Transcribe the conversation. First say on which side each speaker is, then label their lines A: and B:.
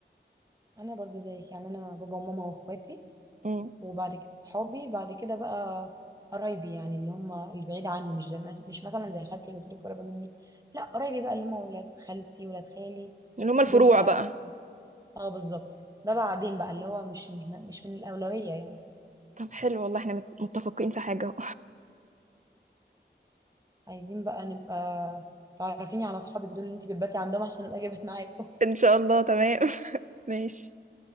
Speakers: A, on the right; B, on the right.
A: انا برضو زيك يعني انا بابا وماما واخواتي
B: مم.
A: وبعد كده صحابي بعد كده بقى قرايبي يعني اللي هم اللي بعيد عني مش زي مش مثلا زي خالتي اللي قلت لك قريبه مني لا قرايبي بقى اللي هم ولاد خالتي ولاد خالي
B: اللي هم الفروع
A: دول بقى
B: بقى
A: اه بالظبط ده بعدين بقى اللي هو مش مش مش من الأولوية يعني
B: طب حلو والله احنا مت- متفقين في حاجه
A: عايزين بقى نبقى تعرفيني على صحابك دول اللي انت بتباتي عندهم عشان ابقى جابت معاكم
B: ان شاء الله تمام <laughs> ماشي